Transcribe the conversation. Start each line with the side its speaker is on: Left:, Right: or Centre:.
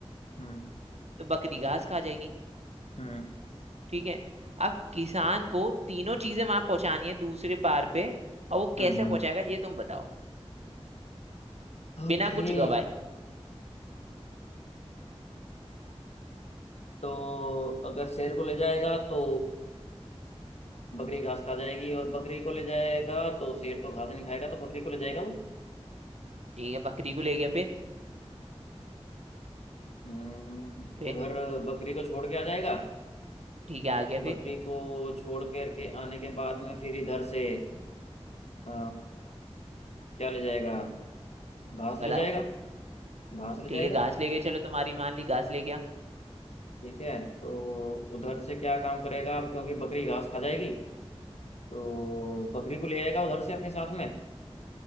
Left: हम्म
Right: तो बकरी घास खा जाएगी
Left: हम्म
Right: ठीक है अब किसान को तीनों चीजें वहां पहुंचानी है दूसरे पार पे और वो
Left: हम्म
Right: कैसे
Left: हम्म
Right: पहुंचाएगा ये तुम बताओ
Left: ओके
Right: बिना कुछ गवाए
Left: तो अगर शेर को ले जाएगा तो बकरी घास खा जाएगी और बकरी को ले जाएगा तो शेर तो घास नहीं खाएगा तो बकरी को ले जाएगा वो
Right: ठीक है बकरी को ले गया फिर
Left: हम्म
Right: फिर
Left: उधर बकरी को छोड़ के आ जाएगा
Right: ठीक है आ गया फिर
Left: बकरी को छोड़ कर के आने के बाद में फिर इधर से अ, क्या ले जाएगा घास
Right: बताओ
Left: ले जाएगा घास ले
Right: ठीक
Left: जाएगा
Right: है घास ले गया चलो तुम्हारी मान ली घास ले गया
Left: ठीक है तो उधर से क्या काम करेगा अब क्योंकि बकरी घास खा जाएगी तो बकरी को ले आएगा उधर से अपने साथ में